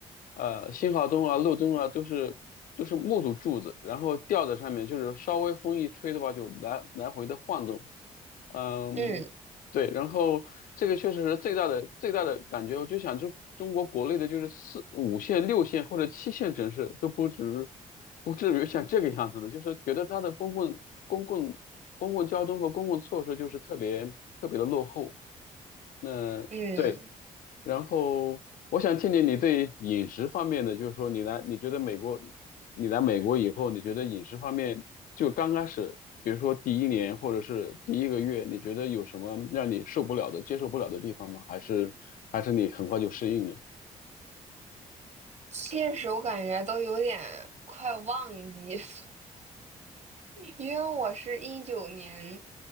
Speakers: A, on the left; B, on the right.
A: 呃，信号灯啊、路灯啊都是都是木头柱子，然后吊在上面，就是稍微风一吹的话就来来回的晃动。嗯，
B: 嗯
A: 对，然后这个确实是最大的最大的感觉，我就想就中国国内的就是四五线、六线或者七线城市都不止不至于像这个样子的，就是觉得它的公共公共公共交通和公共措施就是特别特别的落后。那对。
B: 嗯，
A: 然后我想听听你对饮食方面的，就是说你来，你觉得美国，你来美国以后，你觉得饮食方面就刚开始，比如说第一年或者是第一个月，你觉得有什么让你受不了的、接受不了的地方吗？还是还是你很快就适应了？
B: 确实我感觉都有点快忘记。<laughs> 因为我是一九年